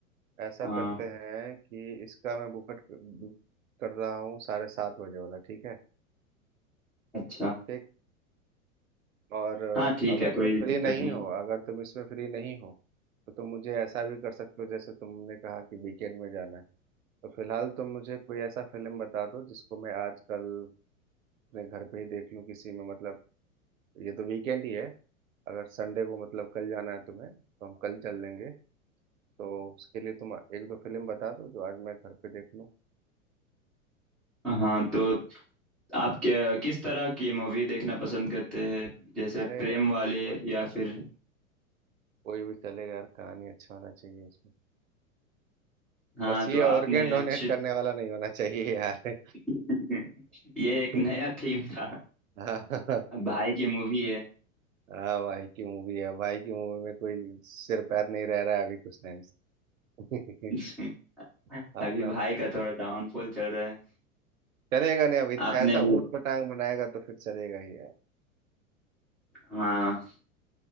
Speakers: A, on the right; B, in the centre.
A: ऐसा
B: हाँ
A: करते हैं कि इसका मैं बुकट बुक कर रहा हूँ साढ़े सात बजे वाला ठीक है
B: अच्छा
A: ठीक और अ,
B: हाँ ठीक
A: अगर
B: है कोई
A: तुम फ्री
B: दिक्कत
A: नहीं
B: नहीं
A: हो अगर तुम इसमें फ्री नहीं हो तो तुम मुझे ऐसा भी कर सकते हो जैसे तुमने कहा कि वीकेंड में जाना है तो फिलहाल तुम मुझे कोई ऐसा फिल्म बता दो जिसको मैं आज कल अपने घर पे ही देख लूँ किसी में मतलब ये तो वीकेंड ही है अगर संडे को मतलब कल जाना है तुम्हें तो हम कल चल लेंगे तो उसके लिए तुम एक दो फिल्म बता दो जो आज मैं घर पे देख लूँ
B: हाँ तो आप क्या किस तरह की मूवी देखना पसंद करते हैं जैसे
A: अरे
B: प्रेम वाले
A: को-
B: या फिर
A: कोई भी चलेगा यार कहानी अच्छा होना चाहिए उसमें
B: हाँ
A: बस
B: तो
A: ये
B: आपने
A: ऑर्गेन डोनेट
B: शिद-
A: करने वाला नहीं होना चाहिए यार
B: <laughs> ये एक नया
A: <laughs>
B: थीम था
A: हाँ
B: भाई की मूवी है
A: हाँ, भाई की मूवी है भाई की मूवी में कोई सिर पैर नहीं रह रहा है अभी कुछ टाइम से
B: <laughs>
A: <laughs> अपना
B: अभी भाई का थोड़ा डाउनफॉल चल रहा है
A: चलेगा नहीं अभी
B: आपने
A: ऐसा
B: ये
A: ऊट पटांग बनाएगा तो फिर चलेगा ही यार
B: हाँ